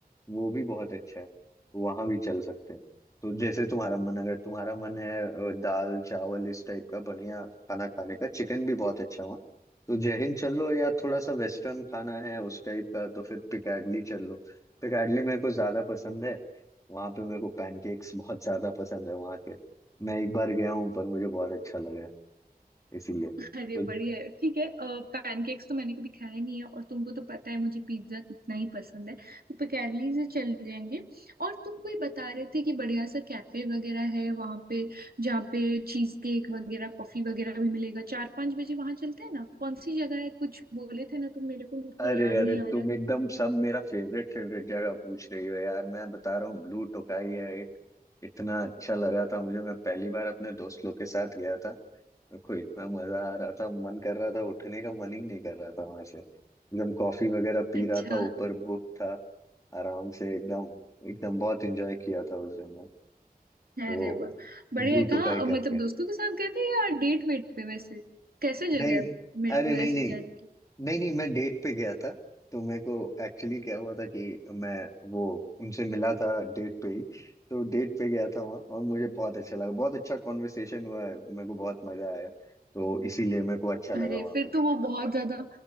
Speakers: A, on the left (about 20°); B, on the right (about 70°).
A: वो भी बहुत अच्छा है वहां भी चल सकते हैं तो जैसे तुम्हारा मन अगर तुम्हारा मन है अ, दाल चावल इस टाइप का बढ़िया खाना खाने का चिकन भी बहुत अच्छा वहाँ तो जय हिंद चल लो या थोड़ा सा वेस्टर्न खाना है उस टाइप का तो फिर पिकैडली चल लो पिकैडली मेरे को ज्यादा पसंद है वहां पे मेरे को पैनकेक्स बहुत ज्यादा पसंद है वहां के मैं एक बार गया हूँ पर मुझे बहुत अच्छा लगा है, इसीलिए तो
B: अरे बढ़िया है ठीक है पैनकेक्स तो मैंने कभी खाया नहीं है और तुमको तो पता है मुझे पिज्जा कितना ही पसंद है तो पिकैडली से चल जाएंगे और तुम कोई बता रहे थे कि बढ़िया सा कैफे वगैरह है वहाँ पे जहाँ पे चीज केक वगैरह कॉफी वगैरह भी मिलेगा चार पाँच बजे वहाँ चलते हैं ना कौन सी जगह है कुछ बोले थे ना तुम मेरे को मुझे
A: अरे
B: याद
A: अरे
B: नहीं आ रहा
A: तुम एकदम सब मेरा फेवरेट फेवरेट जगह पूछ रही हो यार मैं बता रहा हूँ ब्लू टोकाई है एक इतना अच्छा लगा था मुझे मैं पहली बार अपने दोस्त लोग के साथ गया था मेरे को इतना मजा आ रहा था मन कर रहा था उठने का मन ही नहीं कर रहा था वहां से एकदम कॉफी वगैरह पी
B: अच्छा
A: रहा था ऊपर बुक था आराम से एकदम एकदम बहुत एंजॉय किया था उस दिन में
B: अरे
A: तो
B: वाह बढ़िया
A: ब्लू
B: है। कहाँ
A: टोकाई करके
B: मतलब दोस्तों के साथ गए थे या डेट वेट पे वैसे कैसे जगह
A: नहीं
B: है
A: नहीं
B: मेरे
A: अरे
B: को
A: नहीं
B: ऐसे
A: नहीं
B: जाने की
A: नहीं नहीं मैं डेट पे गया था तो मेरे को एक्चुअली क्या हुआ था कि मैं वो उनसे मिला था डेट पे ही तो डेट पे गया था वहाँ और मुझे बहुत अच्छा लगा बहुत अच्छा कॉन्वर्सेशन हुआ है मेरे को बहुत मजा आया तो इसीलिए मेरे को अच्छा लगा
B: अरे
A: वहाँ
B: फिर तो वो बहुत ज्यादा